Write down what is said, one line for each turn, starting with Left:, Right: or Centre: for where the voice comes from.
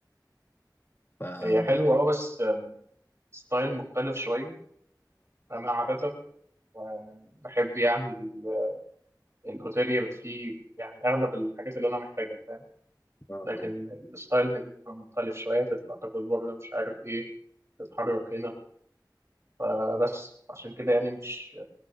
Left: ف آه،
Right: هي حلوه اه بس آه، ستايل مختلف شويه انا عاده آه، بحب يعني ال- الاوتيل يبقى فيه يعني اغلب الحاجات اللي انا محتاجها فاهم
Left: آه،
Right: لكن الستايل هنا بيبقى مختلف شويه تطلع تاكل بره مش عارف ايه تتحرك هنا فبس عشان كده يعني مش